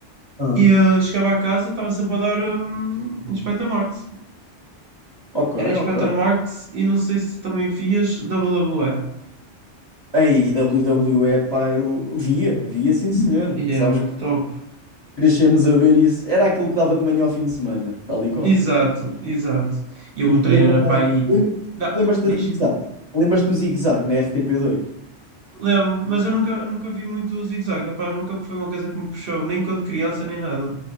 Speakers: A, on the left; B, on the right.
A: "Ah,
B: e eh, chegava a casa, estava sempre a dar hum, Inspector Max.
A: ok,
B: Era Inspector
A: ok.
B: Max e não sei se também vias WWE.
A: Ei, WWE, pá, eu via, via, sim senhor.
B: E E
A: Sabes
B: era muito
A: que
B: top.
A: crescemos a ver isso. Era aquilo que dava de manhã ao fim de semana, tal e qual.
B: Exato, exato. E o
A: E via
B: treino
A: também.
B: era para aí.
A: Lembras-
B: Dá,
A: Lembras-te
B: diz.
A: da Zig Zag? Lembras-te do Zig Zag na rtp dois?
B: Lembro, mas eu nunca, nunca vi muito o zigue-zague. Epá, nunca foi uma coisa que me puxou, nem quando criança, nem nada.